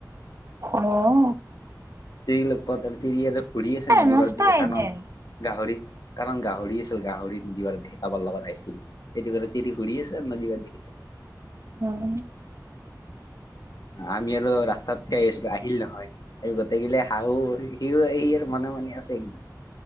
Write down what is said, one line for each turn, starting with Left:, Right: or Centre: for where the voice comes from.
Right: খু'ন
Left: তিৰি লগ, প, তিৰি আৰু ঘূৰি আছে, নদী
Right: এই মস্ত
Left: পাৰত দিখি
Right: এই
Left: কানত
Right: যে।
Left: গাহৰি কাৰণ গাহৰি আছিল, গাহৰি <unintelligible> দে কাবাৰ লগত আহিছিল, সেইটো কাৰণে তিৰি ঘুৰি আছে আৰু নদী পাৰ দি। <unintelligible>
Right: উম।
Left: আমি আৰু ৰাস্তাত সেই আহিল নহয় আৰু গোটেইকিললে হাঁহো, সি আহি মনে মনে আছে একদম।